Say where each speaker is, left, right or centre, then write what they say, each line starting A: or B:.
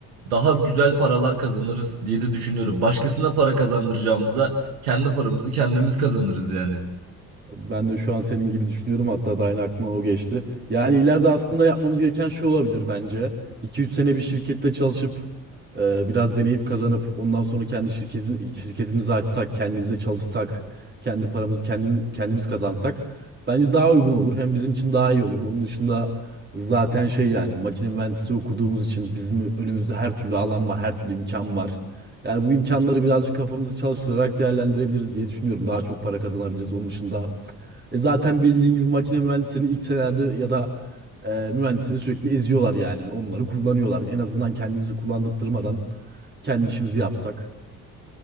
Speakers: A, on the right; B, on the right.
A: daha güzel paralar kazanırız diye de düşünüyorum. Başkasına para kazandıracağımıza kendi paramızı kendimiz kazanırız yani.
B: Ben de şu an senin gibi düşünüyorum. Hatta da aynı aklımdan o geçti. Yani ileride aslında yapmamız gereken şey olabilir bence. 2 üç sene bir şirkette çalışıp e, biraz deneyip kazanıp ondan sonra kendi şirketimi, şirketimizi açsak, kendimize çalışsak, kendi paramızı kendim, kendimiz kazansak bence daha uygun olur. Hem bizim için daha iyi olur. Onun dışında zaten şey yani makine mühendisliği okuduğumuz için bizim önümüzde her türlü alan var, her türlü imkan var. Yani bu imkanları birazcık kafamızı çalıştırarak değerlendirebiliriz diye düşünüyorum. Daha çok para kazanabiliriz. Onun dışında e zaten bildiğin gibi makine mühendislerini ilk senelerde ya da e, mühendisleri sürekli eziyorlar yani. Onları kullanıyorlar. En azından kendimizi kullandırtmadan kendi işimizi yapsak